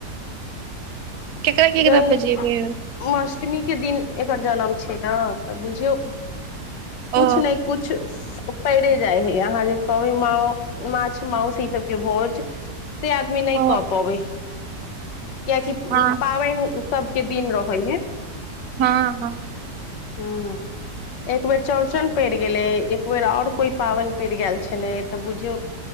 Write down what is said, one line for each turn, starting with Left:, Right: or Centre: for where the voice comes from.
Right: केकरा केकरा
Left: जन
Right: बजेबै
Left: जन्मा अष्टमी के दिन एकर जनम छै ने तऽ बुझियौ किछ
Right: ओ
Left: नहि किछु पड़े जाइ हय अहाँ जे की म माछ मउस ई सबके भोज से आदमी नहि
Right: ओ
Left: कह पाबै कियकि
Right: हँ
Left: पाबनि सभके दिन रहै हे
Right: हँ हँ
Left: हँ एक बेेर चौरचन पड़ि गेलै एक बेर आओर कोई पाबनि पड़ि गेल छलै तऽ बुझियौ